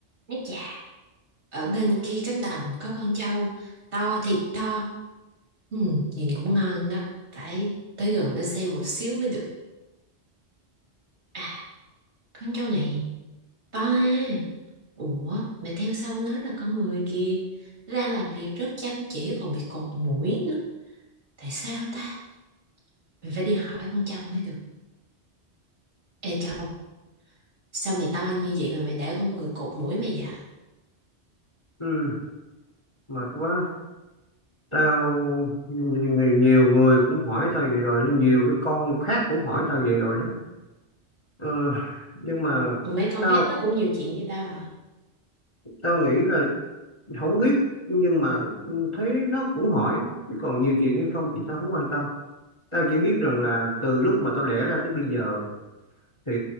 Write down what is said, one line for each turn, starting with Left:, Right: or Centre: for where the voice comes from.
Right: Nói chà, ở bên kia cánh đồng có con trâu to thiệt to. Ừ, nhìn cũng ngon đó. Phải tới gần nó xem một xíu mới được. À, con trâu này to ha. Ủa, mà theo sau nó là con người kìa. Nó đang làm việc rất chăm chỉ còn bị cột mũi nữa. Tại sao ta? Mình phải đi hỏi con trâu mới được. Ê trâu, sao mày to như vậy mà mày để con người cột mũi mày vậy?
Left: Ừ, mệt quá. Tao người nhiều người cũng hỏi tao vậy rồi, nhiều cái con khác cũng hỏi tao vậy rồi đó. Ờ, nhưng mà
Right: Ủa mấy con
Left: tao
Right: khác nó cũng nhiều chuyện như tao hả?
Left: tao nghĩ là không biết nhưng mà thấy nó cũng hỏi chứ còn nhiều chuyện hay không thì tao không quan tâm. Tao chỉ biết rằng là từ lúc mà tao đẻ ra tới bây giờ thì